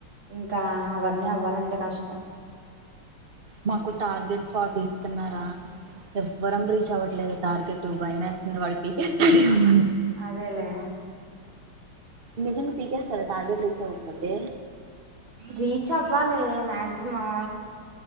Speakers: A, on the right; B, on the right.
A: ఇంకా అవన్నీ అవ్వాలంటే అంట కష్టం
B: మాకు టార్గెట్ ఫార్టీ తిన్నారా ఎవ్వరం రీచ్ అవ్వట్లేదు టార్గెట్ భయమేస్తుంది వాడుగెటెత్తాడేమో
A: అదేలే
B: నిజలు పీకేస్తారా టార్గెట్ రీచ్ అవ్వకపోతే
A: రీచ్ అవ్వాలి మా్యాక్సిమం